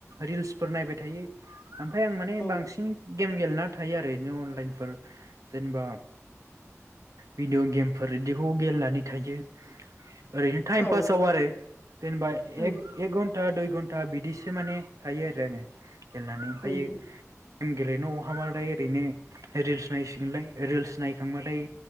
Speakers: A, on the right; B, on the left.
A: रिल्सफोर नायबाय थायो ओमफ्राय आं माने
B: औ
A: बांसिन गेम गेलेना थायो आरो ओरैनो अनलाइनफोर जेनेबा। भिदिअ' गेमफोर बिदिखौ गेले थायो ओरैनो टाइम
B: औ
A: पासाव आरो जेनेबा
B: उम
A: एक एक घन्टा दुइ घन्टा बिदिसो माने थायो आरो आङो गेलेनानै ओमफायो
B: उम
A: गेम गेलेनो अहाबाथाय ओरैनो रिल्स नायसिगोनलाय रिल्स नाय खांबाथाय